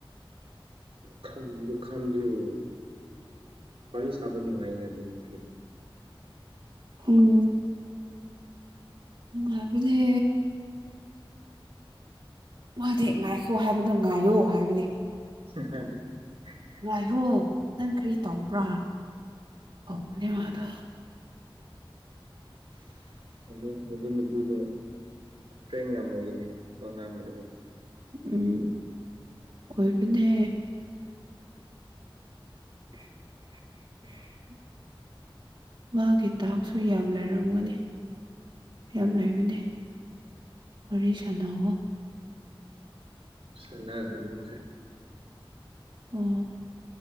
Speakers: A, on the right (about 75°); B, on the right (about 50°).
A: ꯂꯨꯈꯥꯝ ꯂꯨ ꯈꯥꯝꯕꯤꯌꯨ ꯋꯥꯔꯤ ꯁꯥꯕ ꯅꯨꯡꯉꯥꯏꯅ ꯑꯗꯨ ꯅꯨꯄꯤꯗꯤ
B: ꯎꯝ ꯅꯨꯉꯥꯏꯕꯅꯦ ꯃꯥꯗꯤ ꯉꯥꯏꯈꯣ ꯍꯥꯏꯕꯗꯣ ꯉꯥꯏꯌꯣ ꯍꯥꯏꯕꯅꯤ
A: <inaudible>
B: ꯉꯥꯏꯍꯣ ꯅꯪ ꯀꯔꯤ ꯇꯧꯕ꯭ꯔꯥ ꯇꯧꯕꯅꯦ ꯃꯗꯣ
A: ꯑꯗꯨ ꯍꯧꯖꯤ ꯅꯨꯄꯤꯗꯤ ꯐ꯭ꯔꯦꯟ ꯌꯥꯝ ꯑꯣꯏꯌꯦꯅꯦ ꯋꯥ ꯉꯥꯡꯕꯗꯀꯣ
B: ꯎꯝ ꯑꯣꯏꯕꯅꯦ <inaudible> ꯃꯥꯒꯤ ꯇꯥꯛꯁꯨ ꯌꯥꯝ ꯂꯩꯔꯝꯒꯅꯤ ꯌꯥꯝ ꯂꯩꯕꯅꯤ ꯋꯥꯔꯤ ꯁꯥꯟꯅꯑꯣ
A: ꯁꯅꯒ꯭ꯔꯕꯅꯤ ꯉꯥꯁꯥꯏ
B: ꯑꯣ